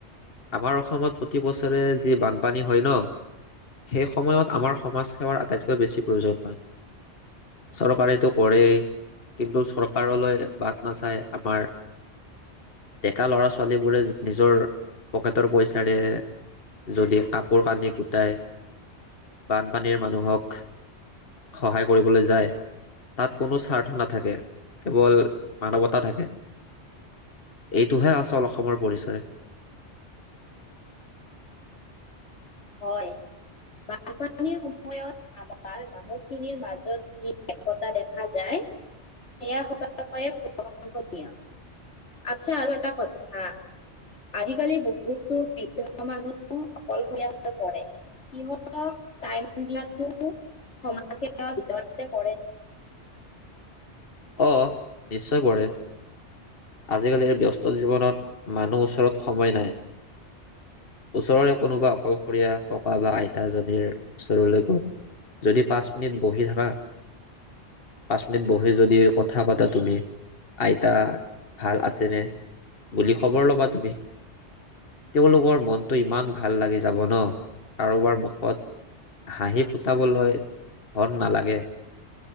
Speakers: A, on the left (about 55°); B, on the left (about 80°).
A: আমাৰ অসমত প্ৰতি বছৰে যি বানপানী হয় ন সেই সময়ত আমাৰ সমাজ সেৱাৰ আটাইতকৈ বেছি প্ৰয়োজন হয়। চৰকাৰেটো কৰেই কিন্তু চৰকাৰলৈ বাট নাচায় আমাৰ ডেকা ল'ৰা ছোৱালীবোৰে নিজৰ পকেটৰ পইচাৰে যদি কাপোৰ কানি গোটাই বানপানীৰ মানুহক সহায় কৰিবলৈ যায়, তাত কোনো স্বাৰ্থ নাথাকে কেৱল মানৱত তা থাকে এইটোহে আচল অসমৰ পৰিচয়।
B: হয়। বানপানীৰ সময়ত আমাৰ মানুহখিনিৰ মাজত যি একতা দেখা যায় সেয়া সঁচয়ে প্ৰশংসনীয় আচ্ছা আৰু এটা কথা, আজিকালি বহুতো বৃদ্ধ মানুহ অকলশৰীয়া হৈ পৰে সিহত, সিহঁতক টাইম দিয়াতো সমাজ সেৱা ভিতৰতে পৰে।
A: অ নিশ্চয় পৰে। আজিকালিৰ ব্যস্ত জীৱনত মানুহ ওচৰত সময় নাই ওচৰৰে কোনোবা অকলশৰীয়া ককা বা আইতাজীৰ ওচৰলৈ গৈ যদি পাঁচ মিনিট বহি থকা পাঁচ মিনিট বহি যদি, কথা পাতা তুমি আইতা ভাল আছেনে, বুলি খবৰ ল'বা তুমি তেওঁলোকৰ মনটো ইমান ভাল লাগি যাব ন কাৰোবাৰ মুখত হাঁহি ফুটাবলৈ ধন নালাগে